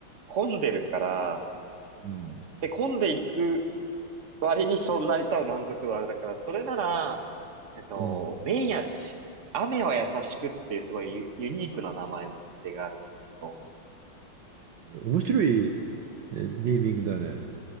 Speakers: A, on the right; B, on the right.
A: 混んでるから、
B: うん。
A: で、混んでいく割にそんなに多分満足度あれだから、それなら、えっと、
B: うん。
A: 麺やし、雨は優しくっていうすごいユ、ユニークな名前のお店があるんだけど、
B: 面白いえネーミングだね。